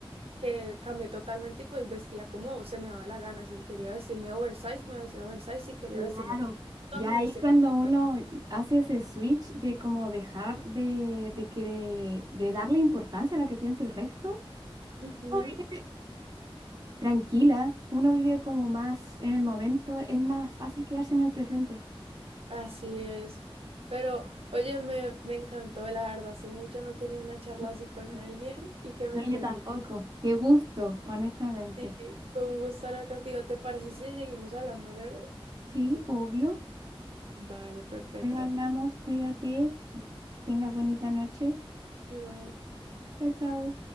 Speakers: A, on the right; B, on the right.
A: que cambié totalmente y pues vestía como se me daba la gana. Si quería vestirme oversized, me vestía oversized. Si quería
B: Claro,
A: vestirme con top,
B: ya
A: me
B: ahí
A: vestía
B: cuando uno
A: con top.
B: hace ese switch de como dejar de, de que de darle importancia a lo que piensa el resto,
A: Ujú,
B: uno vive tranquila, uno vive como más en el momento, es más fácil quedarse en el presente.
A: así es. Pero, oye, me, me encantó, la verdad. Hace mucho no tenía una charla
B: Sí,
A: así con
B: sí.
A: alguien y que me
B: No,
A: entendía.
B: yo tampoco. Qué gusto, honestamente.
A: Sí, fue un gusto hablar contigo. ¿Te parece si seguimos hablando luego?
B: Sí, obvio.
A: Vale, perfecto.
B: Pues hablamos, cuídate, que tengas bonita noche.
A: Igual.
B: Chao, chao.